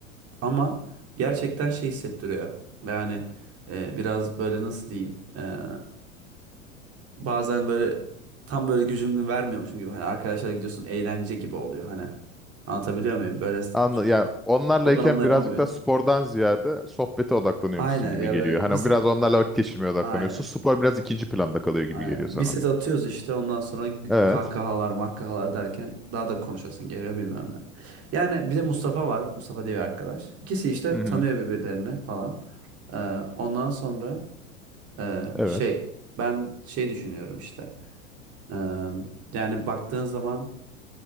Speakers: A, on the right; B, in the centre.
A: Ama gerçekten şey hissettiriyor. Yani e, biraz böyle nasıl diyeyim. e, bazen böyle tam böyle gücümü vermiyormuşum gibi hani arkadaşlarla gidiyorsun eğlence gibi oluyor hani. Anlatabiliyor muyum? Böyle s-
B: Anla ya onlarlayken
A: odağımla yapamıyordum.
B: birazcık daha spordan ziyade sohbete odaklanıyormuşsun
A: Aynen
B: gibi
A: ya
B: geliyor.
A: böyle
B: Hani
A: bir set
B: biraz onlarla vakit geçirmeye odaklanıyorsun.
A: aynen.
B: Spor biraz ikinci planda kalıyor gibi
A: Aynen.
B: geliyor sana.
A: Bir set atıyoruz işte ondan sonra gü-
B: Evet.
A: kahkahalar makkahalar derken daha da konuşasın geliyor bilmem ne. Yani bir de Mustafa var. Mustafa diye bir arkadaş. İkisi işte
B: Hı hı.
A: tanıyor birbirlerini falan. Ee, ondan sonra e,
B: Evet.
A: şey ben şey düşünüyorum işte. Ee, yani baktığın zaman